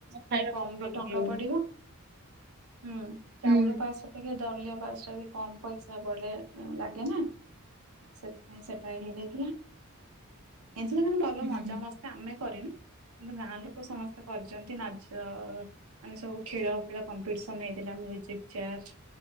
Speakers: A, on the right (about 45°); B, on the right (about 80°).
A: ଖାଇବା
B: କମ୍
A: ପାଇଁ ଭଲ
B: ବି ଟଙ୍କା
A: ଲାଗିବ
B: ପଡ଼ିବ। ହୁଁ
A: ହୁଁ
B: ଚାଉଳ ପାସ୍ ଅପେକ୍ଷା ଦଲିୀୟ ପାସ୍ ଟା ବି କମ୍ ପଇସା ବଲେ ଲାଗେ ନା। ସେଥିପାଇଁ ସେଟା ହେଇଯାଇଥିଲା ହେଥିଲା ମାଁ ଭଲ
A: ହୁଁ
B: ମଜା ମସ୍ ଆମେ କରିନୁ କିନ୍ତୁ ଗାଁ ଲୋକ ସମସ୍ତେ କରିଚନ୍ତି ନାଚ ମାନେ ସବୁ ଖେଳ ପେଳ କମ୍ପିଟିସନ୍ ହେଇଥିଲା ମ୍ୟୁଜିକ୍ ଚେୟାର୍